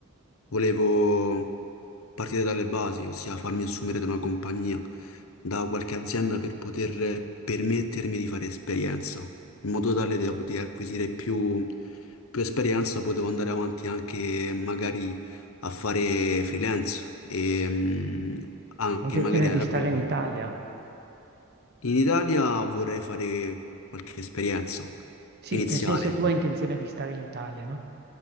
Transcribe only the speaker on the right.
Hai intenzione
di stare
in Italia?
Sì,
nel senso tu hai intenzione di stare in Italia, no?